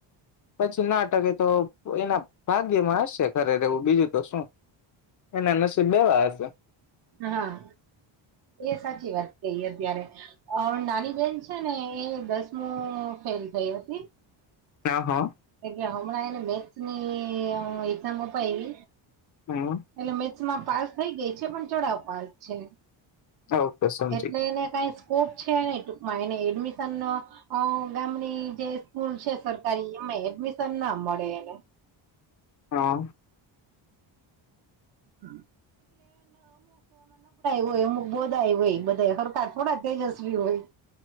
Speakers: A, on the left (about 40°); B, on the right (about 55°).
A: પછી નાટકે તો તો એના ભાગ્યમાં હશે ખરે રવું બીજું તો શું એના નસીબવા હશે
B: હા એ સાચી વાત કહી અત્યારે નાની બેહેન છે ને એ દસમું ફેલ થઈ હતી
A: કા હોો
B: એ હમણાં એને બેચ ની એામ અપવી
A: હમ
B: એટલે મેથસમાં પાસ થઈ ગઈ છે પણ ચડાવ પાસ છે
A: ઓકે સમજી
B: એટલે એને કઈ સ્કોપ છે નને ટૂકમાં એને એડમિશન ગામની જે સ્કૂલ છે સરકારી મે એડમિશન ના મળે એને
A: હા
B: હમ હોય અમુક બોદાય હોય બધા સરકાર થોડા તેજસ્વી હોય